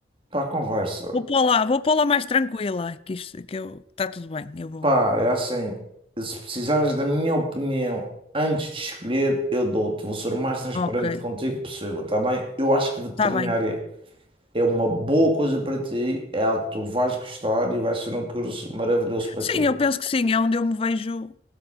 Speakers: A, on the right; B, on the left.
A: Pá, conversa.
B: vou pô-la, vou pô-la mais tranquila, que isto, que eu, está tudo bem. Eu vou.
A: Pá, é assim, se precisares da minha opinião antes de escolher, eu dou-te. Vou ser o mais transparente
B: Ok,
A: contigo possível, tá bem? Eu acho que veterinária
B: está bem.
A: é uma boa coisa para ti, é algo que tu vais gostar e vai ser um curso maravilhoso para
B: Sim,
A: ti.
B: eu penso que sim, é onde eu me vejo